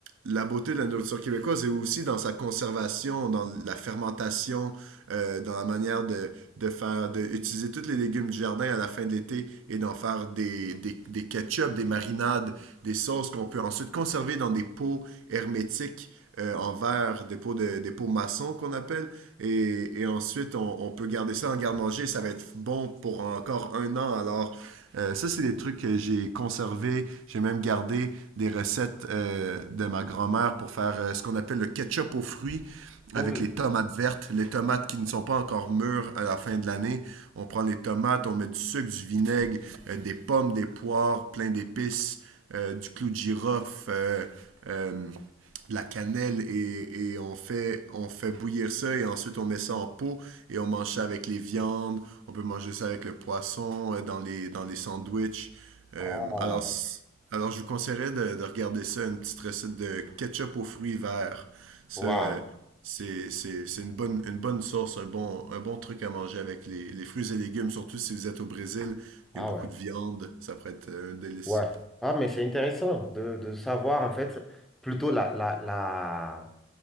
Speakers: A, on the right; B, in the centre.
A: la beauté de la nourriture québécoise est aussi dans sa conservation, dans la fermentation, euh, dans la manière de, de faire de utiliser tous les légumes du jardin à la fin de l'été et d'en faire des, des, des ketchup, des marinades, des sauces qu'on peut ensuite conserver dans des pots hermétiques euh, en verre, des pots, de, des pots maçons qu'on appelle. Et, et ensuite, on, on peut garder ça en garde-manger. Ça va être bon pour encore un an. Alors, euh, ça, c'est des trucs que j'ai conservés. J'ai même gardé des recettes euh, de ma grand-mère pour faire euh, ce qu'on appelle le ketchup aux fruits
B: Cool.
A: avec les tomates vertes, les tomates qui ne sont pas encore mûres à la fin de l'année. On prend les tomates, on met du sucre, du vinaigre, euh, des pommes, des poires, plein d'épices, euh, du clou de girofle, euh, euh, de la cannelle et, et on, fait, on fait bouillir ça et ensuite on met ça en pot et on mange ça avec les viandes. On peut manger ça avec le poisson, euh, dans les, dans les sandwichs. Euh,
B: Wow.
A: alors, alors, je vous conseillerais de, de regarder ça, une petite recette de ketchup aux fruits verts. Ça,
B: Wow.
A: euh, c'est, c'est, c'est une bonne, une bonne sauce, un bon, un bon truc à manger avec les, les fruits et légumes, surtout si vous êtes au Brésil.
B: Ah
A: Il y a beaucoup
B: ouais,
A: de viande, ça pourrait être euh, un délice.
B: ouais. Ah, mais c'est intéressant de, de savoir en fait plutôt la, la, la,